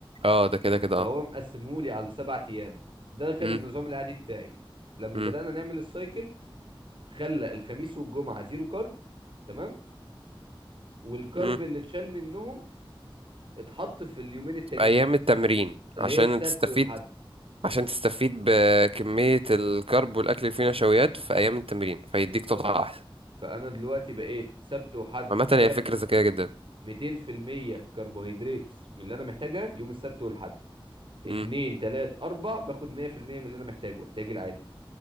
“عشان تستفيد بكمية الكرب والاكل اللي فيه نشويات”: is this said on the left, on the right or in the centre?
Right